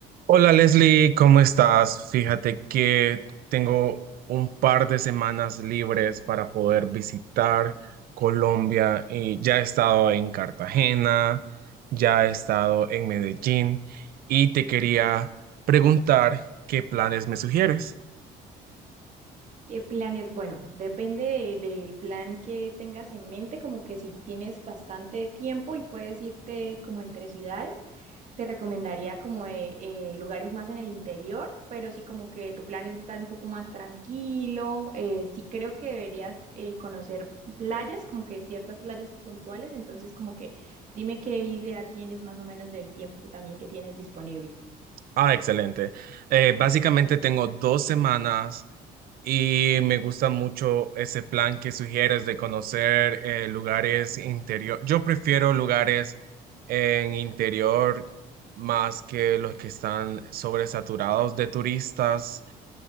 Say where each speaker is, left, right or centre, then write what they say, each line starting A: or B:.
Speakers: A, on the right (about 60°); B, on the right (about 45°).
A: Hola Leslie, ¿cómo estás? Fíjate que tengo un par de semanas libres para poder visitar Colombia y ya he estado en Cartagena, ya he estado en Medellín y te quería preguntar qué planes me sugieres.
B: ¿Qué planes? Bueno, depende de- del plan que tengas en mente, como que si tienes bastante tiempo y puedes irte como entre ciudades, te recomendaría como eh, eh, lugares más en el interior, pero si como que tu plan es estar un poco más tranquilo, eh, sí creo que deberías eh, conocer playas, como que ciertas playas puntuales, entonces como que dime qué idea tienes más o menos del tiempo también que tienes disponible.
A: Ah, excelente. Eh, básicamente tengo dos semanas y me gusta mucho ese plan que sugieres de conocer eh, lugares interior. Yo prefiero lugares en interior más que los que están sobresaturados de turistas.